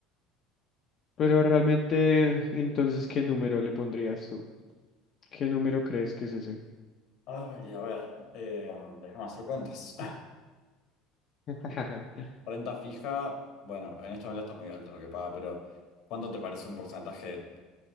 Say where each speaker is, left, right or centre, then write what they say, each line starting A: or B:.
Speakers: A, on the left; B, on the left.
A: pero realmente, entonces, ¿qué número le pondrías tú? ¿Qué número crees que es ese?
B: Ay, a ver, eh, déjame hacer cuentas.
A: <laughs>
B: <laughs> Renta fija, bueno, en este momento está muy alto lo que paga, pero ¿cuánto te parece un porcentaje